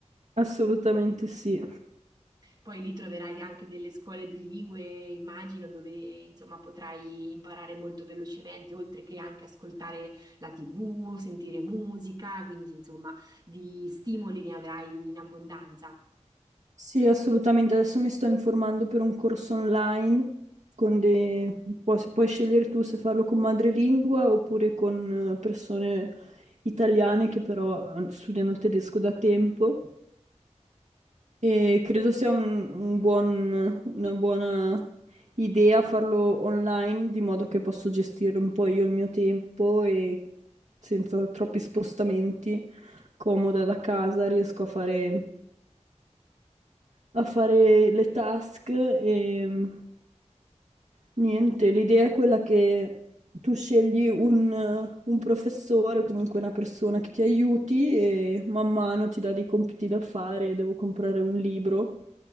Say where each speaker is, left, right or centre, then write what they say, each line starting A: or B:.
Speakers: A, on the right (about 70°); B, on the right (about 30°).
A: assolutamente sì.
B: Poi lì troverai anche delle scuole di lingue, immagino, dove insomma potrai imparare molto velocemente, oltre che anche ascoltare la TV, sentire musica, quindi insomma di stimoli ne avrai in abbondanza.
A: Sì, assolutamente. Adesso mi sto informando per un corso online con dei... puoi, puoi scegliere tu se farlo con madrelingua oppure con eh, persone italiane che però eh, studiano il tedesco da tempo. E credo sia un- un buon- una buona idea farlo online, di modo che posso gestire un po' io il mio tempo e senza troppi spostamenti, comoda da casa, riesco a fare a fare le task e mm, niente, l'idea è quella che tu scegli un, eh, un professore, comunque una persona che ti aiuti e man mano ti dà dei compiti da fare, devo comprare un libro